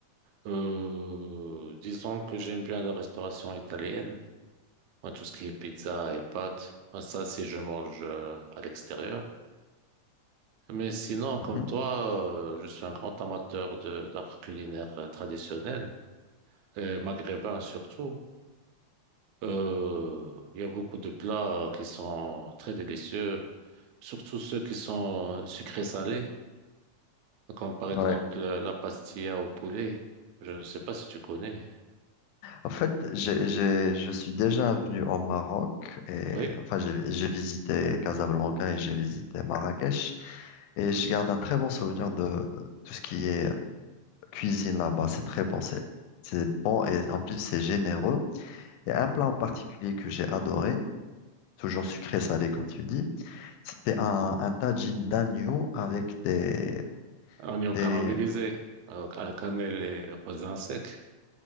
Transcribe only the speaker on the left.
Mhm.
Ouais.
En fait, j'ai, j'ai, je suis déjà venu au Maroc et
enfin j'ai j'ai visité Casablanca et j'ai visité Marrakech et je garde un très bon souvenir de tout ce qui est cuisine là-bas. C'est très bon, c'est c'est bon et en plus c'est généreux. Il y a un plat en particulier que j'ai adoré, toujours sucré salé comme tu dis. C'était un, un tagine d'agneau avec des
des